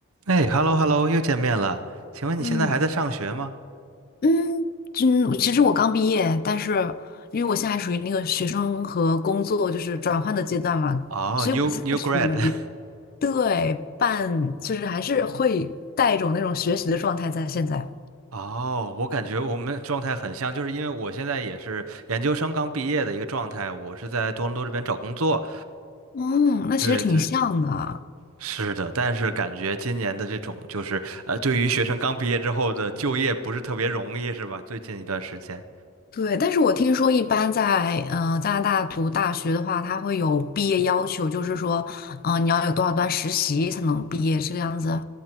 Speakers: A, on the right; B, on the left.
A: 哎，hello hello，又见面了。请问你现在还在上学吗？
B: 嗯嗯，就其实我刚毕业，但是因为我现在还属于那个学生和工作就是转换的阶段嘛，
A: 哦，new
B: 所以我现在属于
A: new grad。<laughs>
B: 对半，就是还是会带一种那种学习的状态在现在。
A: 哦，我感觉我们状态很像，就是因为我现在也是研究生刚毕业的一个状态，我是在多伦多这边找工作。
B: 嗯，那其实挺像的。
A: 对对，是的，但是感觉今年的这种就是呃，对于学生刚毕业之后的就业不是特别容易，是吧？最近一段时间。
B: 对，但是我听说一般在呃加拿大读大学的话，它会有毕业要求，就是说，嗯、呃你要有多少段实习才能毕业这个样子。